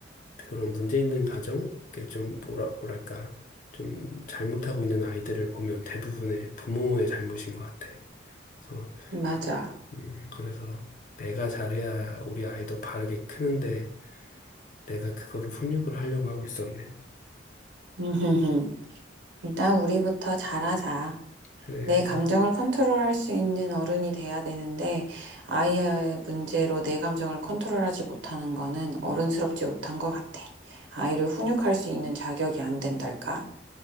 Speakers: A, on the left; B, on the right.
A: 그런 문제 있는 가정, 이렇게 좀 뭐라 뭐랄까 좀 잘못하고 있는 아이들을 보면 대부분의 부모의 잘못인 것 같아. 그래서
B: 맞아.
A: 음, 그래서 내가 잘해야 우리 아이도 바르게 크는데 내가 그거를 훈육을 하려고 하고 있었네.
B: 음흠흠. 일단 우리부터 잘하자.
A: 그래,
B: 내 감정을 컨트롤할 수 있는 어른이 돼야 되는데 아이의 문제로 내 감정을 컨트롤하지 못하는 거는 어른스럽지 못한 것 같아. 아이를 훈육할 수 있는 자격이 안 된달까?